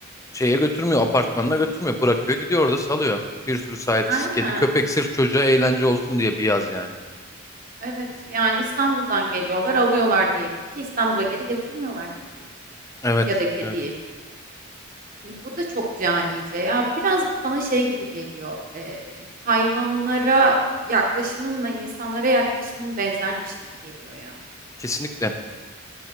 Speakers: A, on the left; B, on the right.
A: şeye götürmüyor, apartmanına götürmüyor. Bırakıyor gidiyor orada salıyor. Bir sürü sahipsiz
B: Aynen.
A: kedi köpek sırf çocuğa eğlence olsun diye bir yaz yani.
B: Evet. Yani İstanbul'dan geliyorlar, alıyorlar diyelim ki İstanbul'a geri getirmiyorlar köpeği
A: Evet,
B: ya da kediyi.
A: evet.
B: Bu da çok canice ya. Biraz bana şey gibi geliyor. Ee, hayvanlara yaklaşımınla insanlara yaklaşımın benzermiş gibi geliyor ya.
A: Kesinlikle.